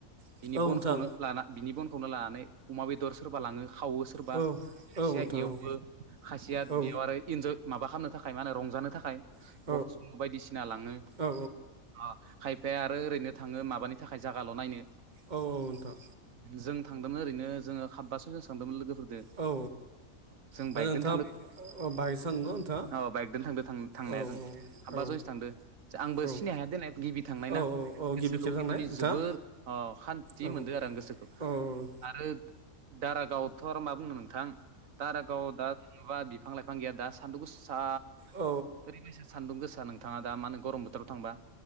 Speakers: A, on the right; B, on the right.
A: औ
B: बिनि
A: नोंथां
B: बनखौनो लाना बिनि बनखौनो लानानै अमा बेदर सोरबा लाङो खावो सोरबा
A: औ
B: खाासेया
A: औ नोंथां
B: एवो खाासेया
A: औ
B: बेव आरो इन्जय माबा खालामनो थाखाय मा होनो रंजानो थाखाय
A: औ
B: बक्स बायदिसिना लाङो
A: औ
B: अ खायफाया आरो ओरैनो थाङो माबानि थाखाय जागाल' नायनो
A: औ नोंथां
B: जों थांदोंमोन ओरैनो जोङो हाबबासो जों थांदोंमोन लोगोफोरजों
A: औ
B: जों
A: दा
B: बाइकजों
A: नोंथाङा
B: थांद
A: बाइकसो थांदों न' नोंथाङा
B: औ बाइकजों थांद थांनाया
A: औ
B: जों हाबा
A: औ
B: जयसो थांदो आंबो
A: औ
B: सिनाय हाया दोननाय गिबि थांनाय
A: औ
B: ना
A: औ
B: गोसोखौबो
A: गिबि खेब थांनाय
B: खिन्थु
A: नोंथाङा
B: जोबोर सान्थि
A: औ
B: मोन्दों आरो आं गोसो
A: औ औ
B: आरो दारागावआवथ' आरो मा बुंनो नोंथां दारागावआव दा माबा बिफां लाइफां गैया दा सान्दुं गोसा
A: औ
B: ओरैबायसा सान्दुं गोसा नों थाङा दा मा होनो गरम बोथोराव थांबा